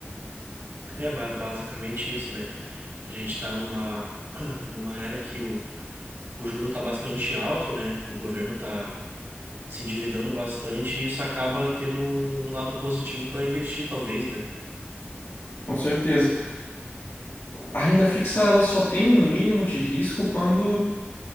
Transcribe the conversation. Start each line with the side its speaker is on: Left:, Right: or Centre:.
Right: É ba- basicamente isso, né? A gente está numa, <clears throat> numa era que o o juro está bastante alto, né? O governo está se endividando bastante e isso acaba tendo um lado positivo para investir, talvez, né?
Left: Com certeza. A renda fixa ela só tem um mínimo de risco quando